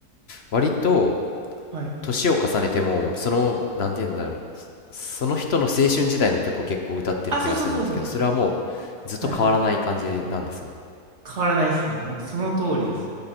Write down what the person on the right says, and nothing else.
はい。
あ、そうそうそうそう。
はい。変わらないですね。もうその通りです。